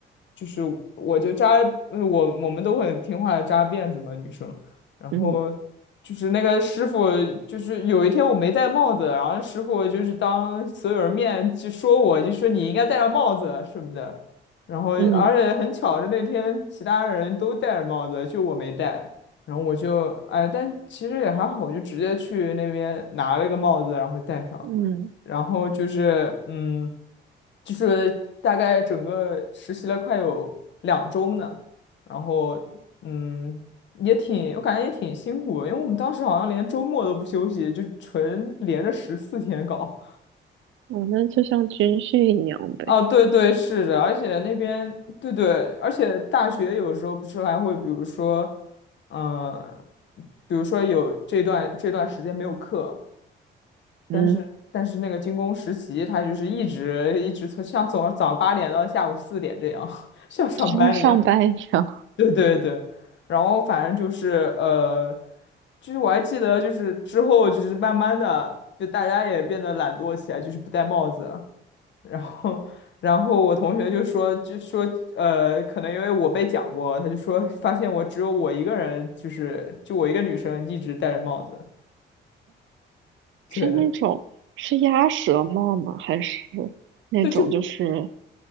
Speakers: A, on the left; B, on the right.
A: 就是我就扎，呃我我们都很听话的扎辫子嘛，女生，然后就是那个师傅，
B: 嗯
A: 就是有一天我没戴帽子，然后师傅就是当所有人面就说我，就说你应该戴上帽子什么的，然后而且很巧是那天其他人都戴着帽子，
B: 嗯
A: 就我没戴，然后我就哎，但其实也还好，我就直接去那边拿了个帽子，然后戴上。
B: 嗯，
A: 然后就是嗯，就是大概整个实习了快有两周呢，然后嗯，也挺，我感觉也挺辛苦的因为我们当时好像连周末都不休息，就纯连着十四天搞。
B: 哦，那就像军训一样呗。
A: 啊，对对，是的，而且那边，对对，而且大学有时候不是还会，比如说，嗯、比如说有这段这段时间没有课，但是但是那个军工实习，
B: 嗯，
A: 他就是一直一直从像从早上八点到下午四点这样，<laughs> 像上班一样。
B: 就像上班一样。
A: 对对对，然后反正就是呃，就是我还记得，就是之后就是慢慢的，就大家也变得懒惰起来，就是不戴帽子。然后然后我同学就说就说呃，可能因为我被讲过，他就说发现我只有我一个人，就是就我一个女生一直戴着帽子，对
B: 是那种是鸭舌帽吗？还是那种就是
A: 对，就